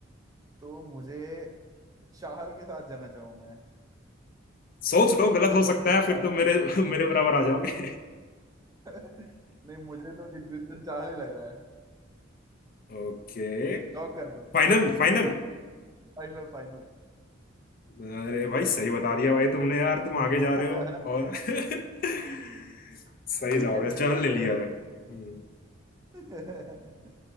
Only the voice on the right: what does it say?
तो मुझे चाहल के साथ जाना चाहूँ मैं
युजवेंद्र
चाहल
<laughs> नहीं मुझे तो युजवेंद्र चाहल ही लग रहा है
लॉक कर दो
Final final
<laughs>
क्रिकेट
की नॉलेज
<laughs>